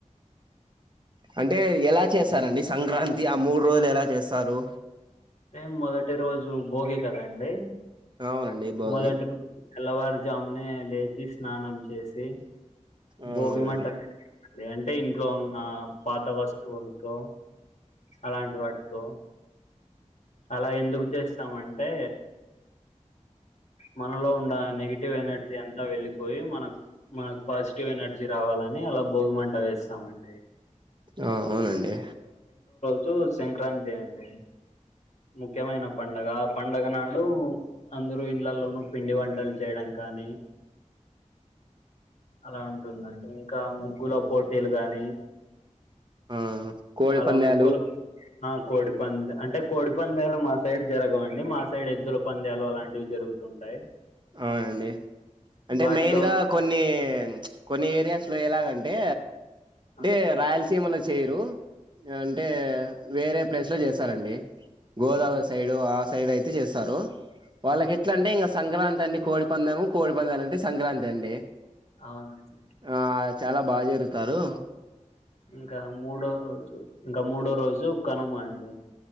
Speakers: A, on the right; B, on the left.
A: అంటే ఎలా చేస్తారండి సంక్రాంతి, ఆ మూడు రోజులు ఎలా చేస్తారు.
B: అంటే మొదటి రోజు భోగి కద అండి.
A: అవునండి భోగి
B: మొదటం తెల్లవారు జామ్నే లేచి స్నానం చేసి
A: ఆ
B: భోగి
A: అవునండి
B: మంట పెడతామండి. అంటే ఇంట్లో ఉన్న పాత వస్తువులతో అలాంటి వాటితో అలా ఎందుకు చేస్తామంటే మనలో ఉండా నెగిటివ్ ఎనర్జీ అంత వెళ్లిిప్ పోయి మనక్ మనకు పాజిటివ్ ఎనర్జీ రావాలని అలా భోగిమంట వేస్తామండి
A: ఆ అవునండి
B: జు సంక్రాంతి అండి ముఖ్యమైన పండగ ఆ పండగ నాడు అందరు ఇండ్లలోనూ పిండి వంటలు చేయడం కానీ అలా ఉంటుందండి ఇంకా ముగ్గుల పోటీలు గాని
A: ఆ కోడిి
B: అలా
A: పంద్యాలు
B: ముగ్గుల ఆ కోడిపంద్ అంటే కోడి పంద్యాలు మా సైడ్ జరగవండి మా సైడ్ ఎద్దుల పంద్యాలు అలాంటివి జరుగుతుంటాయి
A: అవునండి అంటే
B: వాటిలో
A: మెయిన్ గా కొన్ని కొన్ని ఏరియాస్ లో ఎలాగంటే
B: ఆ
A: ఏ రాయలసీమలో స్ చేయరు అంటే వేరే ప్లేస్ లో చేస్తారండి గోదావరి
B: అవునండి
A: సైడు ఆ సైడ్ అయిత్ తీసేస్తారు వాళ్ళకి
B: అవునండి
A: ఎట్ల అంట ఇంకా సంక్రాం అని కోడి పందము కోడిపందాలు అంటే సంక్రాంతి అండి
B: అవునండి
A: ఆ చాలా బాగా జరుతారు
B: ఇంకా మూడో రోజు ఇంకా మూడో రోజు కనుమ అండి